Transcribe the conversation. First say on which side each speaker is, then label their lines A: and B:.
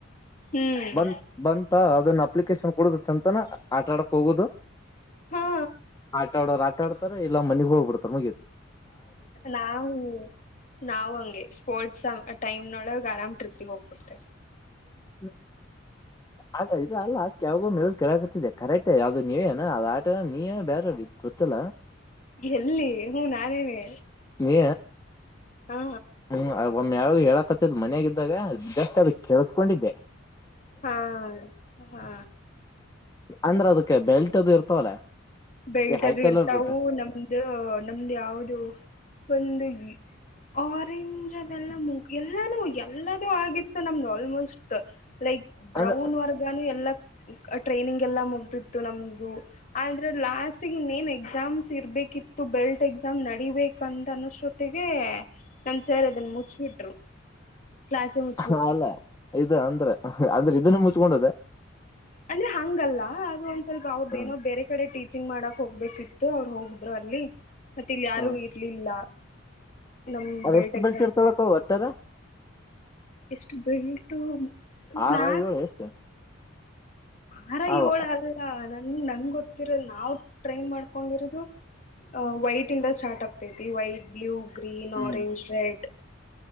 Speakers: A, on the left; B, on the left.
A: ಹ್ಮ್
B: ಬಂತತ್ ಬಂತ ಅದನ್ನ ಅಪ್ಲಿಕೇಶನ್ ಕೊಡುದು ಚಛಂತಾನ ಆಟ ಆಡಕ್ ಹೋಗೋುದು
A: ಹಾ
B: ಆಟ ಆಡೋರು ಆಟ ಆಡ್ತಾರ ಇಲ್ಲ ಮನೆಗ್ ಹೋಗ್ಬಿಡ್ತಾರ ಮುಗಿಯತ
A: ನಾ್ ನಾವು ಹಂಗೆ ಸ್ಪೋರ್ಟ್ಸ್ ಟೈಮ್ನೊಳಗೆ ಆರಾಮ್ ಟ್ರಿಪ್ಪಿಗೆ ಹೋಗ್ಬಿಡ್ತೆೆ
B: <unintelligible> ಅಲ್ಲ ಇದದು ಅಲ್ಲ ಅಕ ಯಾವಾಗೋ ಮ ಕೆೇಳಕ ದೆ ಕರೆಕ್ಟ್ ಯಾವ್ದದು ನೀವೇನ ಅ ಆಟ ನೀಯೇ ಬೇರೆ ಗೊತ್ತಲ್ಲ
A: ಎಲ್ಲಿ ಹ್ಮ ನಾನೇನೆ
B: ನೀ
A: ಹಾ
B: ಹ್ಮ ನ ಯಾವು ಹೇಳಕತ್ತದ್ ಮನಯಾಗಿದ್ದ್ದಾಗ ಜಸ್ಟ್ ಅದು ಕೇಳಿಸಕೊಂಡಿದ್ದೆ
A: ಹಾ ಹಾ
B: ಅಂದ್ರ ಅದಕ್ಕೆ ಬೆಲ್ಟ್ ಅದು ಇರ್ತವಲ್ಲ
A: ಬೆಲ್ಟದ
B: ಹೈ ಕಲರ್
A: ಇರ್ತವು
B: ಬೆಲ್ಟ್
A: ನಮ್ದ ನಮ್ದ್ ಯಾವ್ದ ಒಂದು ಆರೆಂಜ್ ಅದೆಲ್ಲ ಮುಗ ಎಲ್ಲಾನು ಎಲ್ಲದೂ ಆಗಿತ್ತು ನಮ್ದು ಆಲ್ಮೋಸ್ಟ್ ಲೈಕ್ ಬ್ರೌನ್
B: ಅಂದ್ರ
A: ವರ್ಗನು ಎಲ್ಲ ಟ್ರೈನಿಂಗ್ ಎಲ್ಲ ಮುಗ್ದಿತ್ತು ನಮ್ದು ಲಾಸ್ಟ್ಗ ಇನ್ನೇನ್ ಎಕ್ಸಾಮ್ಸ್ ಇರ್ಬೇಕಿತ್ತು ಬೆಲ್ಟ್ ಎಕ್ಸಾಮ್ ನಡೀಬೇಕಂತ ಅನ ಜೊತೆಗೆ ನನ್ <unintelligible> ಸಾರ್ ಅದನ್ನ ಮುಚ್ಬಿಟ್ರು ಕ್ಲಾಸೆ ಮುಚ್ಬಿಟ್ರು
B: ಹ ಅಲ್ಲ ಇ ಅಂದ್ರ ಅಂದ್ರೆ ಇದನ್ನ ಮುಚ್ಕೊಂಡದ
A: ಅಂದ್ರೆ ಹಂಗಲ್ಲ ಆದ್ರ ಒಂದ್ ಸ್ವಲ್ಪ ಅವ್ರದ್ದ
B: ಹ್ಮ
A: ಏನೋ ಬೇರೆ ಕಡೆ ಟೀಚ್ ಚಿಂಗ್ ಮಾಡಕ್ ಹೋಗ್ಬೇಕಿತ್ತು ಅವ್ರು ಹೋಗದ್ರು ಅಲ್ಲಿ ಮತ್ತೆ ಇಲ್ಲಿ ಯಾರು
B: ಹ್ಮ್
A: ಇರ್ಲಿಲ್ಲ ನಮ್ಮ
B: ಅವ
A: ಬೆಲ್ಟ್
B: ಎಷ್ಟು
A: ಎಕ್ಸಾಮ್ಸ್
B: ಇರ್ತಳಕ ಒಟ್ಟಾರ
A: ಎಷ್ಟು ಬಿಲ್ಟು
B: ಆರ
A: ಬ್ಲಾಕ್
B: ಏಳು ಎಷ್ಟು
A: ಆರ
B: ಅವ
A: ಯೋಳ ಅಲ್ಲ ನನ್ ನಂಗ್ ಗೊತ್ತಿರ ನಾವ್ ಟ್ರೈನ್ ಮಾಡ್ಕೊಂಡಿರೋದು ವೈಟ್ ಇಂದ ಸ್ಟಾರ್ಟ್ ಆಗ್ತೈತಿ ವೈಟ್ ಬ್ಲಯೂ ಗ್ರೀನ್
B: ಹ್ಮ್
A: ಆರೆಂಜ್ ರೆಡ್